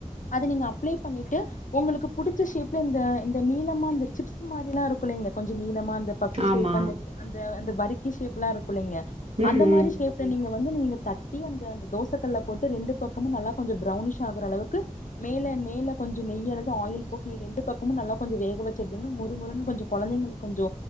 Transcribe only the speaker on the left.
அத நீங்க அப்ளை பண்ணிட்டு உங்களுக்கு புடிச்ச ஷேப்ல இந்த இந்த நீளமா இந்த சிப்ஸ் மாரிலா இருக்குளைங்க கொஞ்சு நீளமா <unintelligible>
அந்த அந்த வரிக் கி ஷேப்லா இருக் குள்ளங்க
அந்த
மாரி ஷேப்ல நீங்க வந்து நீங்க தட்டி அந்த அந்த தோச கல்ல போட்டு ரெண்டு பக்கமு நல்லா கொஞ்சு பிரௌனிஷ் ஆகற அளவுக்கு மேல மேல கொஞ்சு நெய் அல்லது ஆயில் போட்டு நீ ரெண்டு பக்க <unintelligible> நல்லா கொஞ்சு வேக வச்சியேடுத்திங்கன்னா மொரு மொருன்னு கொஞ்சு கொழந்தைங்களு கொஞ்சு